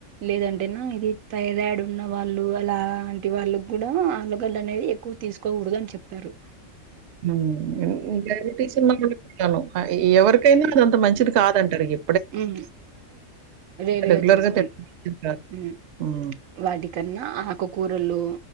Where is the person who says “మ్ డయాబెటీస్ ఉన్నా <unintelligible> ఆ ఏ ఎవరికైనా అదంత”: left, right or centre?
Right